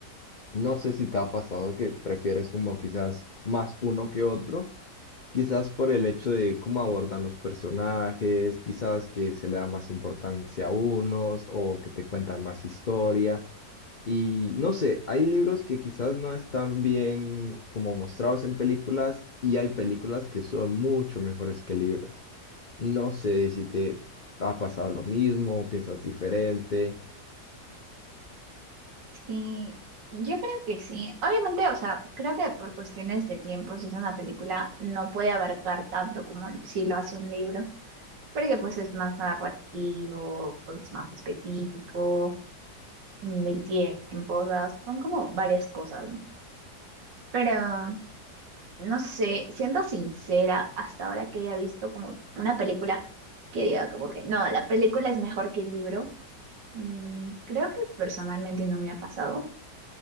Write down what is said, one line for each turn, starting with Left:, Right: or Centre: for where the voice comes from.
Left: no sé si te ha pasado que prefieres como quizás más uno que otro, quizás por el hecho de cómo abordan los personajes, quizás que se le da más importancia a unos o que te cuentan más historia. Y no sé, hay libros que quizás no están bien como mostrados en películas y hay películas que son mucho mejores que libros. No sé si te ha pasado lo mismo o piensas diferente.
Right: sí, yo creo que sí. Obviamente, o sea, creo que por cuestiones de tiempo, si es una película, no puede abarcar tanto como si lo hace un libro, porque pues es más narrativo, es más específico, mm, el tiempo, o sea, son como varias cosas. ¿no? Pero, no sé, siendo sincera, hasta ahora que haya visto como una película que diga como que no, la película es mejor que el libro, mm, creo que personalmente no me ha pasado.